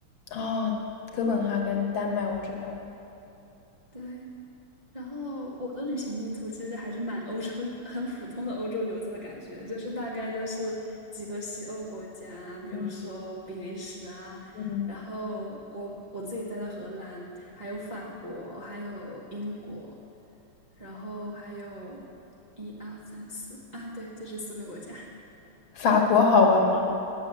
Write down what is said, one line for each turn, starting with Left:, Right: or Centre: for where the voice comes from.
Left: 哦，哥本哈根，丹麦我知道。
Right: 对，然后我的旅行地图其实还是蛮欧洲，<laughs> 很普通的欧洲流子的感觉，就是大概就是几个西欧国家，比如说比利时啊，
Left: 嗯嗯
Right: 然后我我自己在的荷兰，还有法国，还有英国，然后还有一二三四啊，对，就这四个国家。
Left: 法国好玩吗？